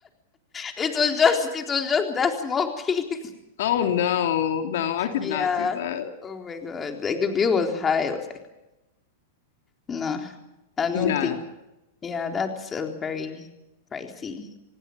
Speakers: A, on the left; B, on the left.
A: It was just it was just that small piece. <laughs>
B: Oh no, no, I could
A: Yeah.
B: not do that.
A: Oh my God. Like the bill was high. I was like, nah, I don't
B: Yeah,
A: think. Yeah, that's a very pricey